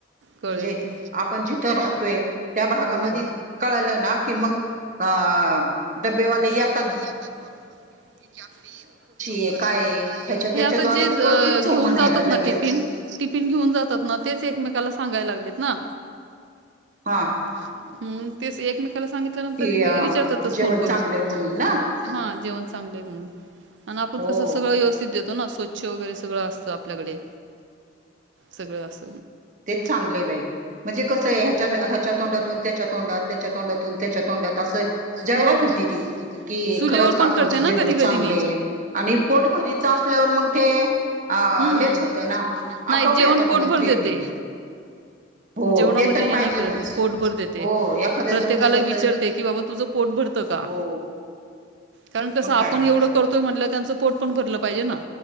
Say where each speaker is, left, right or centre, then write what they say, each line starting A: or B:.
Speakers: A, on the right (about 70°); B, on the right (about 40°).
A: कळेल
B: म्हणजे
A: ते.
B: आपण जिथं राहतोय त्या भागामध्ये
A: हो हो.
B: कळालं ना की मग हा डबेवाले यात
A: येतात बरोबर. कॅफीन चौकशी
B: आहे
A: काय आहे.
B: ह्याच्या
A: हे
B: त्याच्याद्वारे
A: आता जे
B: तर
A: घेऊन
B: कळतीच चव म्हणायला
A: जातात
B: लगेच
A: ना टिफिन टिफिन घेऊन जातात ना तेच एकमेकाला सांगायला लागलेत ना.
B: हा.
A: हा तेच एकमेकाला सांगितल्यानंतर
B: कि अ
A: विचारतातच
B: जेवण
A: फोन करून.
B: चांगलंय म्हणून ना
A: हा जेवण चांगलं आहे म्हणून. आण आपण
B: हो
A: कसं सगळं व्यवस्थित देतो ना स्वच्छ स्वच्छ वगैरे सगळं असतं आपल्याकडे. सगळं अस
B: चांगलय बाई. म्हणजे कसं ह्या ह्याच्या तोंडातून त्याच्या तोंडात त्याच्या तोंडातून त्याच्या तोंडात असं जाहिरात
A: हो
B: होती ती. की
A: चुलीवर
B: खरंच काकूंचं
A: पण करते ना
B: जेवण
A: कधी
B: चांगलय
A: कधी मी.
B: आणि पोटभरीच असल्यावर मग ते अ
A: हम्म
B: हेच होतं ना
A: नाही
B: आपोआप
A: जेवण
B: येतात
A: पोटभर
B: मग टिफिन.
A: देते.
B: हो
A: जेवणामध्ये
B: ते तर
A: हे
B: पाहिजेनच
A: नाही करत मी पोटभर देते.
B: हो एखाद्याचं
A: प्रत्येकाला
B: म्हणजे कसं
A: विचारते की बाबा तुझं पोट भरत का?
B: हो
A: कारण कसं
B: मग
A: आपण
B: काय
A: एवढं कर तो म्हंटला त्यांचं पोट पण भरलं पाहिजे ना.